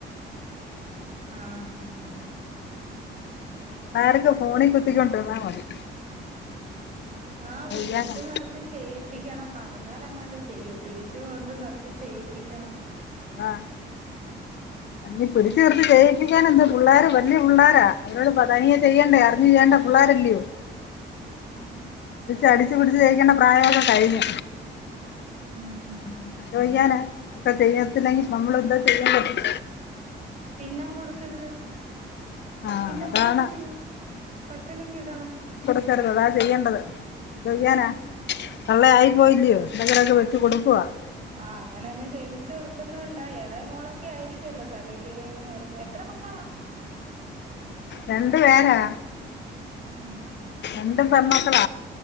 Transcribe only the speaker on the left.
ള്ളാർക്ക് ഫോണി
കുത്തിക്കോണ്ട്ര്ന്നാ മതി
ചെയ്യാനാ
ആഹ് ഇ പിടിച്ച്
നിർത്തി ചെയ് പിക്കാനെന്ത് പുള്ളാര് വല്ല്യ പുള്ളാരാ അവരോട് പ തനിയ ചെയ്യണ്ടയ അറിഞ്ഞു ചെയ്യണ്ട പുള്ളാരല്ലിയോ
പിടിച്ച് അടിച്ച് പിടിച്ച് ചെയ്ക്കണ്ട പ്രായൊക്ക കഴിഞ്ഞ്.
എന്തോയ്യാന ഇപ്പ ചെയ്യത്തിലെങ്കി ഇപ്പ അമ്മള് എന്താ ചെയ്യാം പറ്റും
ആ
അതാണ്
ഇത്തറകള ചെയ്യണ്ടത് എന്തോയ്യാന
തള്ളെ ആയി പോയില്ലിയോ എന്തെങ്കിലൊക്ക വെച്ച് കൊട്ക്കുവ
രണ്ട് പേരാ
രണ്ടും പെമ്മക്കള